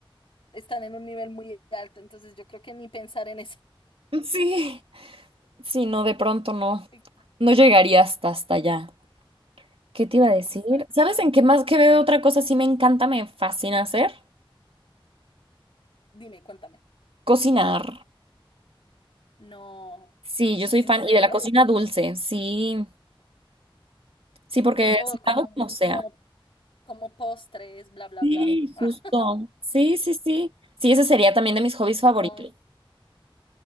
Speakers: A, on the left; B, on the right.
A: están en un nivel muy alto, entonces yo creo que ni pensar en eso.
B: Sí, sí, no, de pronto no,
A: <laughs>
B: no llegaría hasta hasta allá. ¿Qué te iba a decir?
A: Exacto.
B: ¿Sabes en qué más que veo otra cosa sí me encanta, me fascina hacer?
A: Dime, cuéntame.
B: Cocinar.
A: No,
B: Sí, yo soy
A: ¿en
B: fan
A: serio?
B: y de la cocina dulce, sí. Sí, porque
A: Du- oh,
B: si pago
A: como,
B: como sea.
A: como, como postres, bla, bla,
B: Sí,
A: bla. Ah,
B: justo. Sí, sí, sí. Sí, ese sería también de mis hobbies favoritos.
A: <laughs> wow,